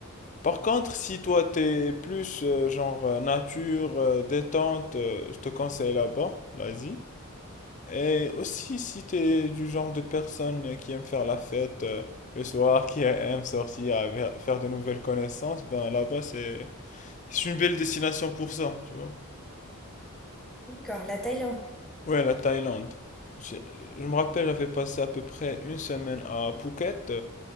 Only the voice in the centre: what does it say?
d'accord. La Thaïlande.